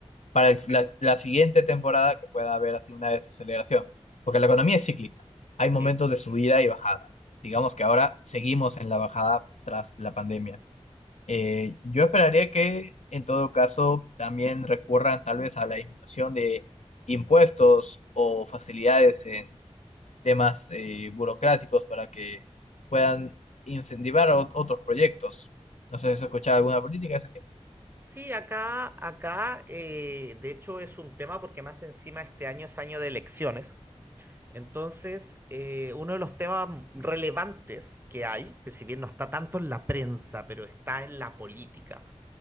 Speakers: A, on the left (about 80°); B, on the right (about 20°).
A: para el- la, la siguiente temporada que pueda haber así una desaceleración. Porque la economía es cíclica. Hay momentos
B: eh,
A: de subida y bajada. Digamos que ahora seguimos en la bajada tras la pandemia. Eh, yo esperaría que en todo caso también recurran tal vez a la disminución de impuestos o facilidades en temas eh, burocráticos para que puedan incentivar o- otros proyectos. No sé si has escuchado alguna política de ese tipo.
B: Sí, acá, acá, eh, de hecho es un tema porque más encima este año es año de elecciones. Entonces, eh, uno de los temas relevantes que hay, pues si bien no está tanto en la prensa, pero está en la política